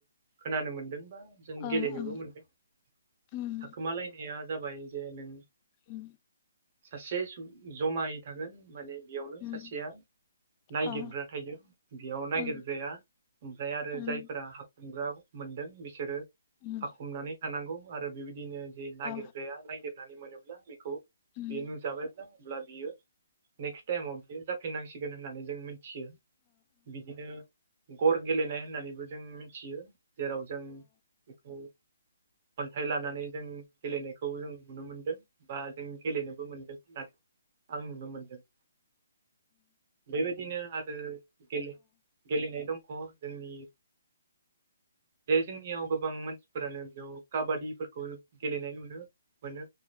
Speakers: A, on the right; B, on the left.
A: खोनानो मोनदों बा जों
B: ओं
A: गेलेनोबो
B: ओं
A: मोनदों थाखोमालायनो
B: उम
A: <unintelligible> जाबाय जे नों
B: उम
A: सासे जमायै थागोन माने बेयावनो
B: उम
A: सासेया नायागिरग्रा
B: औ
A: थायो बेयाव नागिरग्राया
B: ओं
A: ओमफ्राय आरो
B: उम
A: जायफोरा मोनग्रा मोनदों बिसोरो
B: उम
A: हाखुमनानै थानांगौ आरो बेबायदिनो जे नागिरग्राया
B: अ
A: नागिरनानै मोनोब्ला बेखौ
B: उम
A: बेयो नुजाबायब्ला अब्ला बियो नेक्स्ट टाइमाव बियो जाफिननांसिगोन होननानै जों मिथियो बिदिनो गर गेलेनाय होननानैबो जों मिथियो जेराव जों बेखौ अन्थाइ लानानै जों गेलेनायखौ जों नुनो मोनदों। बा जों गेलेनोबो मोनदों होननानै आं नुनो मोनदों। बेबायदिनो आरो गेलेनाय दंख' जोंनि बेे जोंनियाव गोबां मानसिफोरानो बेयाव काबादिफोरखौ गेलेनाय नुनो मोनो